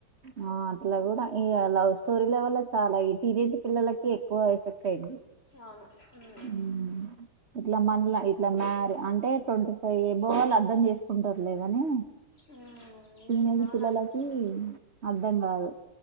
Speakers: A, on the right; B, on the left.
A: ఆ అట్లా గుడా ఇగ లవ్ స్టోరీల వల్ల చాలా ఇ టీనేజ్ పిల్లలకి ఎక్కువ ఎఫెక్ట్ అయింది
B: అవును ఉమ్
A: ఉమ్. ఇట్లా మనలా ఇట్లా మ్యారీ అంటే ట్వంటీ ఫైవ్ ఎబొవ్ వాళ్ళు అర్థం చేసుకుంటారులే గని
B: ఉమ్, ఇంకా
A: టీనేజ్
B: చిన్నవాళ్ళు
A: పిల్లలకి
B: అర్థం చేసుకో
A: అర్థం కాదు